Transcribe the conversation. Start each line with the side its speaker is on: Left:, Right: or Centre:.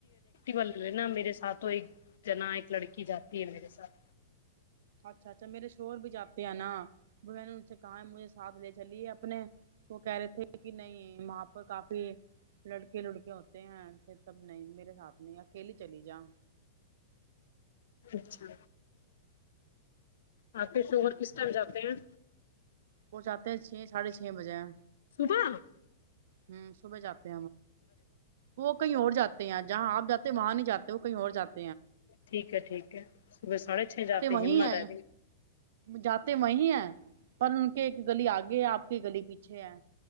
Left: وال ل نا میرے ساتھ تو ایک جنا ایک لڑکی جاتی ہے میرے ساتھ
Right: اچھا اچھا میرے شور بھی جاتے ہیں نا میں نے ان سے کہا ہے مجھے ساتھ لے چلیے اپنے وہ کہہ رہے تھے کہ نہیں وہاں پر کافی لڑکے لڑکے ہوتے ہیں پ تب نہیں میرے ساتھ نہیں اکیلے چلی جا
Left: اچھا آپ کے شوہر کس ٹائم جاتے ہیں
Right: وہ چاہتے ہیں چھ ساڑھے چھ بجے ہیں
Left: سدا
Right: ہوں سبے جات وہ کیں اور جات ہیں جہاں آپ جاتے وہاں نہیں جاتے وہ کہیں اور جات
Left: ٹھیک ہے ٹھیک ہے صبح ساڑھے چھ جاتے
Right: وہی
Left: ہمت
Right: ہیں
Left: ہے رہ
Right: جاتے وہی ہیں پر ان کے ایک گلی آگے ہے آپ کے گلی پیچھے ہے